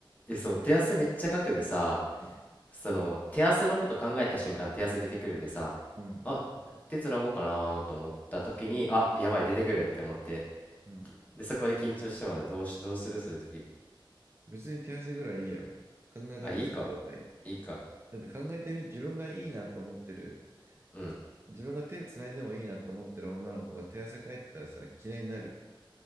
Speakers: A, on the left; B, on the right.
A: えそう手汗めっちゃかくでさ
B: うん、
A: その手汗のこと考えた瞬間手汗出てくるでさあ手つなごうかなと思った時にあやばい出てくるって思って
B: うん、うん。
A: でそこで緊張してまでどうし、どうするそういう時
B: 別に手汗ぐらいいいやろ。考え方変えた方がいい。
A: あいいかいいか
B: だって考えてみ、自分がいいなと思ってる、
A: うん
B: 自分が手つないでもいいなと思ってる女の子が手汗かいてたらさ、嫌いになる。